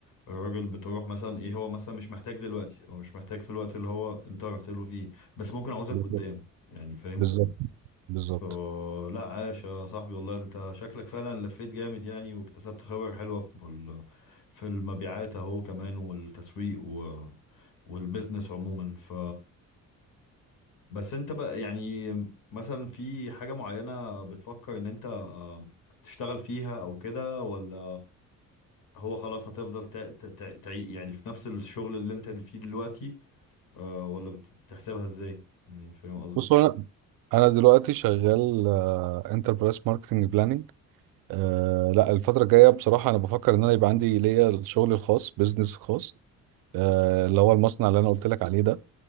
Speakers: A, on the left (about 80°); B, on the right (about 80°).
A: الراجل بتروح مثلا ايه هو مثلا مش محتاج دلوقتي او مش محتاج في الوقت اللي هو انت رحت له فيه بس ممكن عاوزك
B: <laughs>
A: قدام يعني فاهم
B: بالظبط بالظبط
A: فلا عاش يا صاحبي والله انت شكلك فعلا لفيت جامد يعني واكتسبت خبر حلوة في ال- في المبيعات اهو كمان والتسويق و والبيزنس عموما ف بس انت بقى يعني مثلا في حاجة معينة بتفكر ان انت آه، تشتغل فيها او كده ولا هو خلاص هتفضل تع... تع... تع... تع- يعني في نفس الشغل اللي انت فيه دلوقتي آه، ولا بت- بتحسبها ازاي يعني فاهم قصدي
B: بص هو انا انا دلوقتي شغال انتربرايز ماركتنج بلاننج أه لا الفترة الجاية بصراحة أنا بفكر إن أنا يبقى عندي ليا الشغل الخاص بيزنس خاص أه اللي هو المصنع اللي أنا قلت لك عليه ده